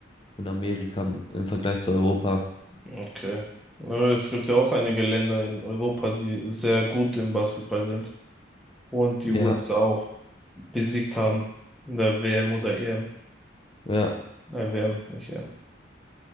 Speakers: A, on the left (about 25°); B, in the centre.
A: in Amerika im Vergleich zu Europa.
B: Okay. Aber es gibt ja auch einige Länder in Europa, die sehr gut im Basketball sind und die
A: Ja,
B: USA auch besiegt haben in der WM oder EM.
A: ja.
B: Äh, WM, nicht EM.